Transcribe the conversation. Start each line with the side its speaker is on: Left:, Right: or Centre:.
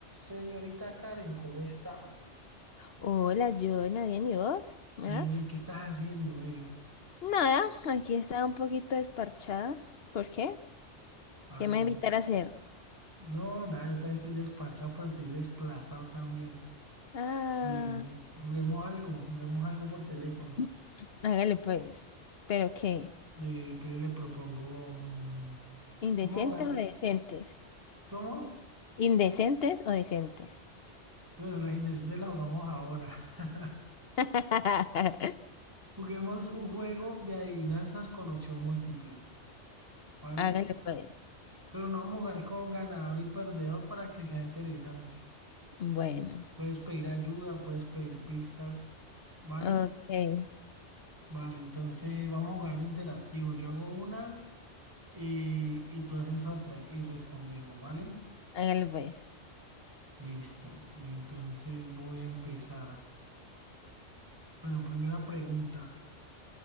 Right: Señorita Karen, ¿cómo está?
Left: Hola, Joana, ¿bien y vos? ¿Me
Right: Bien,
Left: das?
Right: bien, ¿qué estás haciendo, eh?
Left: Nada, aquí estaba un poquito desparchada. ¿Por qué?
Right: Ah,
Left: ¿Qué me va a invitar a hacer?
Right: no, nada, yo también estoy despachado, pero estoy desplatado también.
Left: Ah,
Right: Y juguemos algo, juguemos algo por teléfono.
Left: mm, hágale pues. ¿Pero qué?
Right: Eh, pero le propongo, mm,
Left: ¿Indecentes
Right: vamos a jugar,
Left: o decentes?
Right: ¿cómo?
Left: ¿Indecentes o decentes?
Right: Bueno, las intenciones las jugamos ahora. <laughs>
Left: <laughs>
Right: Juguemos un juego de adivinanzas con opción múltiple, ¿vale?
Left: Hágale pues.
Right: Pero no vamos a jugar con ganador y perdedor para que sea interesante.
Left: Bueno,
Right: Puedes pedir ayuda, puedes pedir pistas, ¿vale?
Left: ok,
Right: Vale, entonces vamos a jugarlo interactivo. Yo hago una y, y tú haces otra y respondemos, ¿vale?
Left: hágale pues.
Right: Listo. Entonces voy a empezar. Bueno, primera pregunta.